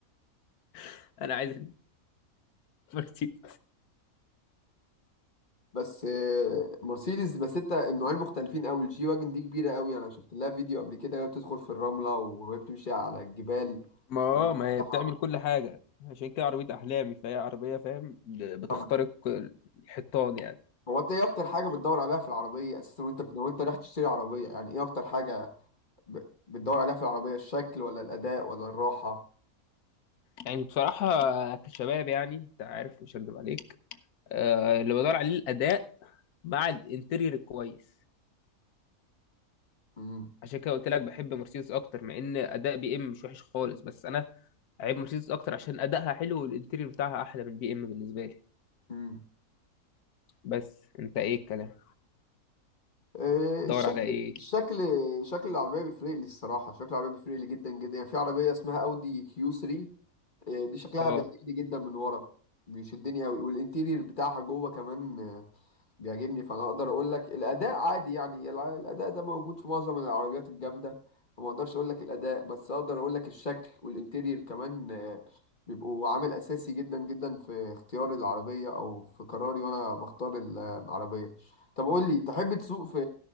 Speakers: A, on the left; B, on the left.
A: <laughs> انا عايز المرسيدس
B: بس آه، مرسيدس بس انت النوعين مختلفين قوي الجي واجن دي كبيره قوي انا شفت لها فيديو قبل كده وهي بتدخل في الرمله وهي بتمشي على الجبال
A: ما اه
B: عربية
A: ما
B: سلاحة.
A: هي بتعمل كل حاجة عشان كده عربية أحلامي فهي عربية فاهم بتخترق
B: طب
A: الحيطان يعني
B: هو انت ايه اكتر حاجه بتدور عليها في العربيه اساسا وانت بت- لو انت رايح تشتري عربيه يعني ايه اكتر حاجه ب- بتدور عليها في العربيه الشكل ولا الاداء ولا الراحه
A: يعني بصراحة كشباب يعني أنت عارف مش هكدب عليك آه اللي بدور عليه الأداء مع الانتيريور الكويس
B: امم
A: عشان كده قلت لك بحب مرسيدس اكتر مع ان اداء بي ام مش وحش خالص بس انا عيب مرسيدس اكتر عشان ادائها حلو والانتيريور بتاعها احلى من البي ام بالنسبه لي
B: امم
A: بس انت ايه الكلام
B: آه،
A: دور
B: الشكل
A: على ايه
B: الشكل شكل العربيه بيفرق لي الصراحه شكل العربيه بيفرق لي جدا جدا يعني في عربيه اسمها اودي كيو 3 آه، دي شكلها
A: اه
B: بيعجبني جدا من ورا بيشدني قوي والانتيرير بتاعها جوه كمان آه، بيعجبني فانا اقدر اقول لك الاداء عادي يعني الع- الاداء ده موجود في معظم العربيات الجامده فما اقدرش اقول لك الاداء بس اقدر اقول لك الشكل والانتيرير كمان آه، بيبقوا عامل اساسي جدا جدا في اختيار العربيه او في قراري وانا بختار ال- العربيه طب قول لي تحب تسوق في